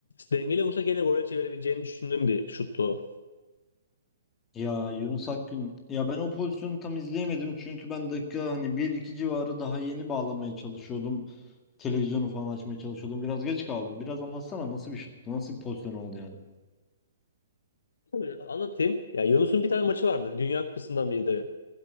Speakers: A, on the left; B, on the left.
A: dengeli vursa gene gole çevirebileceğini düşündüğüm bir şuttu o.
B: Ya Yunus Akgün ya ben o pozisyonu tam izleyemedim çünkü ben dakika hani bir iki civarı daha yeni bağlamaya çalışıyordum. Televizyonu falan açmaya çalışıyordum. Biraz geç kaldım. Biraz anlatsana nasıl bir şuttu? Nasıl bir pozisyon oldu yani?
A: Tabii, Anlatayım. Ya Yunus'un bir tane maçı vardı. Dünya Kupası'ndan biriydi.